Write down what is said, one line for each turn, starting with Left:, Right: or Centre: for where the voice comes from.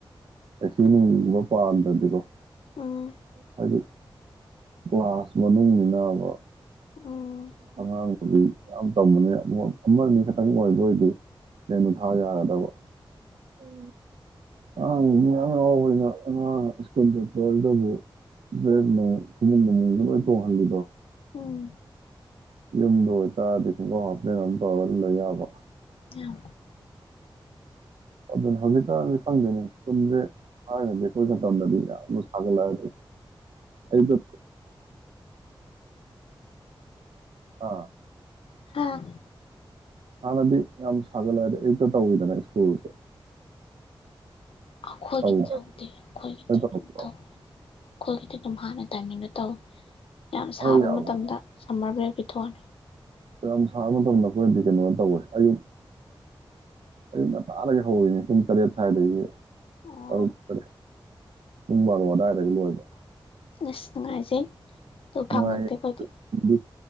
Right: ꯑꯁꯤ ꯅꯨꯡꯕ ꯄꯥꯝꯗ꯭ꯔꯗꯤꯀꯣ
Left: ꯎꯝ
Right: ꯍꯥꯏꯗꯤ ꯀ꯭ꯂꯒꯥꯁ ꯃꯅꯨꯡꯅꯤꯅꯕ
Left: ꯎꯝ
Right: ꯑꯉꯥꯡ ꯌꯥꯝ ꯇꯝꯕꯅꯤ ꯑꯃ ꯑꯅꯤ ꯈꯛꯇꯪ ꯑꯣꯏꯕ ꯑꯣꯏꯔꯗꯤ ꯂꯦꯝꯅ ꯊꯥꯕ ꯌꯥꯒꯗꯕ ꯎꯝ ꯑꯉꯥꯡ ꯃꯤ ꯌꯥꯝ ꯍꯔꯥꯎꯕꯅ ꯑꯉꯥꯡ ꯁ꯭ꯀꯨꯜ ꯆꯠꯄ ꯑꯗꯨꯗꯕꯨ ꯗ꯭ꯔꯦꯁ ꯈꯨꯃꯨꯡ ꯅꯃꯨꯁꯨ ꯂꯣꯏ ꯇꯣꯡꯍꯜꯂꯤꯗꯣ
Left: ꯎꯝ
Right: ꯌꯨꯝꯗ ꯑꯣꯏꯇꯥꯔꯗꯤ ꯈꯨꯡꯀꯥꯎ ꯍꯥꯞꯄꯦꯟ ꯑꯃ ꯇꯧꯔ ꯂꯩ ꯌꯥꯕ
Left: ꯌꯥꯝ
Right: ꯑꯗꯨ ꯍꯧꯖꯤꯛꯀꯟꯁꯦ ꯈꯪꯗ꯭ꯔꯅꯦ ꯁꯀ꯭ꯂꯨꯁ ꯁꯦ ꯊꯥꯏꯅꯗꯤ ꯑꯩꯈꯣꯏ ꯃꯇꯝꯗꯗꯤ ꯌꯥꯝꯅ ꯁꯥꯒꯠꯂꯗꯝ ꯑꯌꯨꯛꯇ ꯀꯣꯛ ꯑꯥ
Left: ꯍꯥꯥ
Right: ꯍꯥꯟꯅꯗꯤ ꯌꯥꯝ ꯁꯥꯒꯠꯂꯛꯑꯗꯤ ꯑꯌꯨꯛꯇ ꯇꯧꯋꯤꯗꯅ ꯁ꯭ꯀꯨꯜꯁꯦ
Left: ꯑꯩꯈꯣꯏꯒꯤ
Right: ꯇꯧ ꯅꯣꯏ
Left: ꯇꯧꯗꯦ ꯑꯩꯈꯣꯏꯒꯤ
Right: ꯇꯧꯔꯛꯄ꯭ꯔꯣ
Left: ꯑꯗꯨꯝ ꯇꯧꯏ ꯑꯩꯈꯣꯏꯒꯤꯗꯤ ꯑꯗꯨꯝ ꯍꯥꯟꯅ ꯇꯥꯏꯃꯤꯡꯗ ꯇꯧꯋꯤ ꯌꯥꯝ
Right: ꯑꯩꯈꯣꯏ
Left: ꯁꯥꯕ
Right: ꯌꯥꯝ
Left: ꯃꯇꯝꯗ ꯁꯝꯃꯔ ꯕ꯭ꯔꯦ <unintelligible>
Right: ꯃꯇꯝ ꯁꯥꯕ ꯃꯇꯝꯗ ꯑꯩꯈꯣꯏꯅꯗꯤ ꯀꯩꯅꯣ ꯇꯧꯋꯦ ꯑꯌꯨꯛ ꯑꯌꯨꯛ ꯉꯟꯇꯥꯗꯒꯤ ꯍꯧꯅꯦ ꯄꯨꯡ ꯇꯔꯦꯠ ꯁ꯭ꯋꯥꯏꯗꯒꯤ
Left: ꯑꯣ
Right: ꯇꯔꯨꯛ ꯇꯔꯦꯠ ꯄꯨꯡ ꯕꯥꯔꯣ ꯑꯗꯨꯋꯥꯏꯗꯒꯤ ꯂꯣꯏꯕ
Left: ꯑꯁ ꯅꯨꯡꯉꯥꯏꯖꯩ ꯑꯗꯨ
Right: ꯅꯨꯡꯉꯥꯏꯌꯦ
Left: ꯐꯪꯉꯛꯇꯦ ꯑꯩꯈꯣꯏꯗꯤ